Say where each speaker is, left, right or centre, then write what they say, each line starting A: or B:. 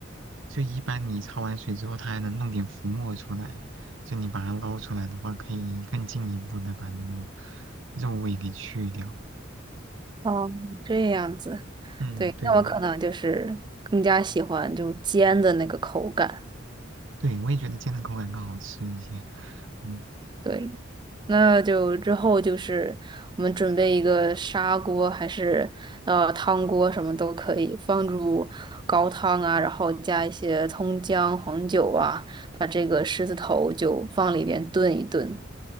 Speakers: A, on the right (about 80°); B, on the right (about 25°).
A: 就一般你焯完水之后，它还能弄点浮沫出来，就你把它捞出来的话，可以更进一步的把那个肉味给去掉。
B: 哦，这样子，
A: 嗯，
B: 对，
A: 对的，
B: 那我可能就是更加喜欢就煎的那个口感。
A: 对，我也觉得煎的口感更好吃一些。嗯
B: 对。那就之后就是我们准备一个砂锅，还是呃汤锅，什么都可以，放入高汤啊，然后加一些葱姜、黄酒啊，把这个狮子头就放里边炖一炖。